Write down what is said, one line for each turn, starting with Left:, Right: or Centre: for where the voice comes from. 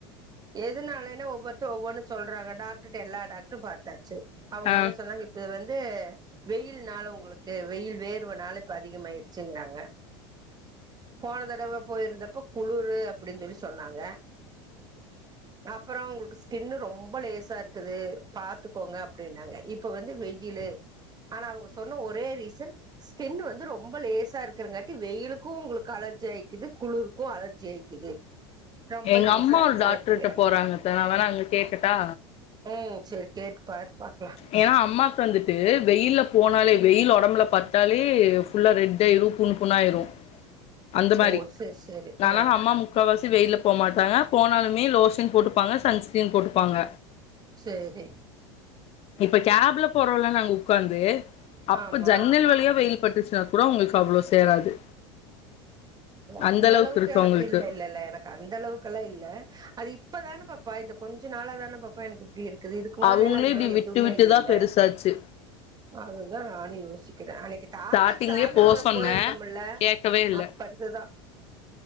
Right: எதுனாலன்னா ஒவ்வொருத்தரு ஒவ்வொன்னு சொல்றாங்க டாக்டர்ட எல்லா டாக்டரு பாத்தாச்சு அவுங்க
Left: ஆ
Right: என்ன சொன்னாங்க இப்ப வந்து வெயில்னால ஒங்களுக்கு வெயில் வேர்வனால இப்ப அதிகமாயிருச்சுங்கிறாங்க போன தடவ போயிருந்தப்ப குளுரு அப்டின் சொல்லி சொன்னாங்க அப்பறோ ஒங்களுக் ஸ்கின் ரொம்ப லேசா இருக்குது பாத்துக்கோங்க அப்டின்னாங்க இப்ப வந்து வெயில்லு ஆனா அவங்க சொன்ன ஒரே ரீசன் ஸ்கின் வந்து ரொம்ப லேசா இருக்கிறங்காட்டி வெயிலுக்கு உங்களுக்கு அலர்ஜி ஆயிக்குது குளிருக்கு அலர்ஜி ஆயிக்குது ரொம்ப
Left: எங்க
Right: லேசா
Left: அம்மா
Right: இருக்குது
Left: ஒரு டாக்டர்ட்ட
Right: அப்டிங்கிறாங்க
Left: போறாங்க அத்த நா வேணா அங்க கேக்கட்டா
Right: ம் சேரி கேட்டுப்பாரு பாக்கலா
Left: ஏனா அம்மாக்கு வந்துட்டு வெயில்ல போனாலே வெயில் ஒடம்புல பட்டாலே ஃபுல்லா ரெட் ஆயிடு புண் புண்ணா ஆயிரு அந்த மாரி
Right: ஓ சேரி சேரி
Left: நான்லா
Right: ஆ
Left: அம்மா முக்காவாசி வெயில்ல போ மாட்டாங்க போனாலுமே லோஷன் போட்டுப்பாங்க, சன்ஸ்க்ரீன் போட்டுப்பாங்க,
Right: சேரி
Left: இப்ப கேப்ல போறோம்லா நாங்க உக்காந்து அப்ப
Right: ஆமா
Left: ஜன்னல் வழியா வெயில்பட்டுச் சினா கூட அவங்களுக்கு அவ்ளோ சேராது
Right: ஓ
Left: அந்த
Right: அந்தளவுக்கு
Left: அளவுக்கு இருக்கு
Right: எனக்கு
Left: அவங்களுக்கு
Right: இல்ல இல்லல்ல எனக் கு அந்தளவுக்கெல்லா இல்ல அது இப்பதான பாப்பா இந்த கொஞ்ச நாளாதான பாப்பா எனக்கு இப்டி இருக் க்குது இதுக்கு மொதல்லைலா
Left: அவங்களே
Right: அந்த
Left: இப்டி
Right: மாரி
Left: விட்டு
Right: எதுவுமே
Left: விட்டுதா
Right: இல்லைல்ல
Left: பெருசாச்சு
Right: அதுதா நானு யோசிக்கிறே, அன்னைக்கு தாத்தாக்கு
Left: ஸ்டார்டிங்லயே
Right: சாமி
Left: போ
Right: கும்புட
Left: சொன்னே
Right: போயிருந்தோம்ல
Left: கேக்கவே இல்ல
Right: அப் ப இருந்துதா